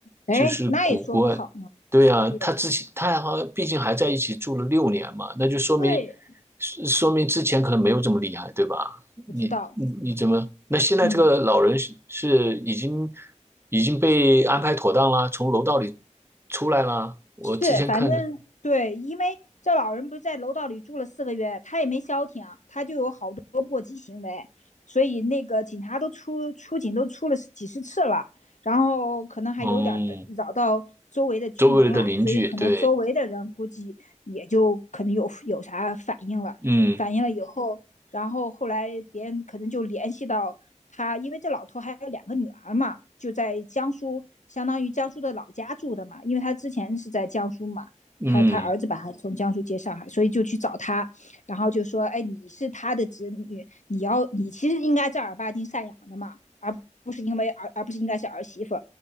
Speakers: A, on the left (about 70°); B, on the right (about 20°).
A: 哎，
B: 就是古怪，
A: 那也说不好呢，
B: 对呀、
A: 对
B: 他之前他还好毕竟还在一起住了六年嘛，那就说明，
A: 对，
B: 是说明之前可能没有这么厉害，对吧？
A: 不知道，
B: 你你你怎么？那现在这个老人是是已经
A: 嗯。
B: 已经被安排妥当啦，从楼道里出来啦，我之前看的，
A: 是，反正对，因为这老人不是在楼道里住了四个月，他也没消停，他就有好多过激行为，所以那个警察都出出警都出了几十次了，然后可能还有点扰到周围的居民了，
B: 哦、周围的邻居，
A: 所以可能周围的人估计也就可能有有啥反应了，
B: 对，嗯
A: 反应了以后，然后后来别人可能就联系到他因为这老头还有两个女儿嘛，就在江苏，相当于江苏的老家住的嘛，因为他之前是在江苏嘛，
B: 嗯，
A: 他他儿子把他从江苏接上海，所以就去找他，然后就说，哎，你是他的子女，你要你其实应该正儿八经赡养的嘛，而不是因为儿而不是应该是儿媳妇，